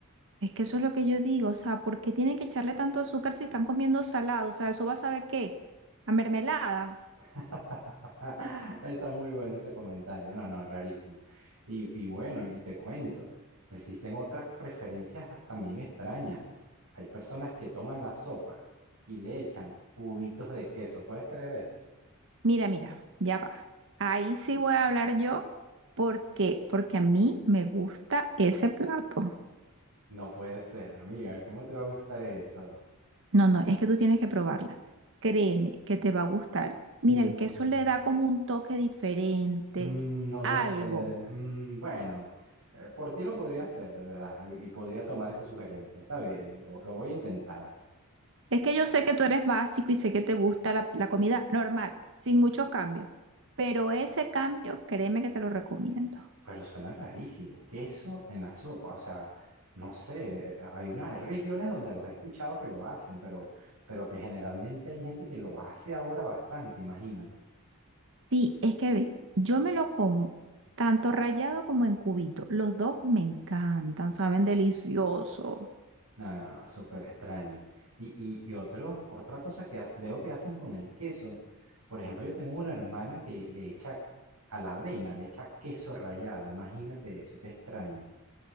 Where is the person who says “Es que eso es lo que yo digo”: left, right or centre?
Right